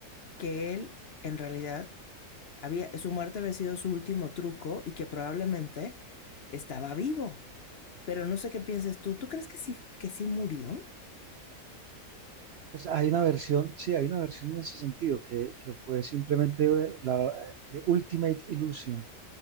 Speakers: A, on the left; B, on the right.
A: que él, en realidad, había, su muerte había sido su último truco y que probablemente estaba vivo. Pero no sé qué pienses tú. ¿Tú crees que sí, que sí murió?
B: Pues hay una versión, sí, hay una versión en ese sentido que, que fue simplemente eh, la de Ultimate Illusion